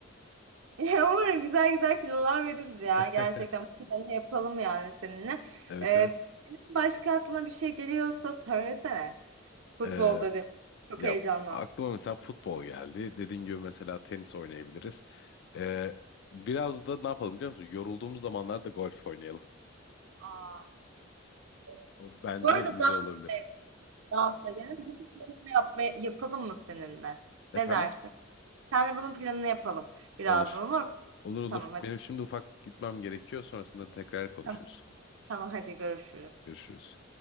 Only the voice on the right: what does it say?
<laughs> Umarım güzel güzel kilolar veririz ya.
Gerçekten bu planı yapalım yani seninle.
Ee,
senin başka aklına bir şey geliyorsa söylesene. Futbolda
dedi. Çok
heyecanlandım.
Aa, evet.
bu arada
dans
da- dans edelim. Bunun planını yapmaya, yapalım mı seninle?
Ne dersin? Senle bunun planını yapalım birazdan
olur mu?
Tamam hadi.
Tamam, tamam hadi görüşürüz.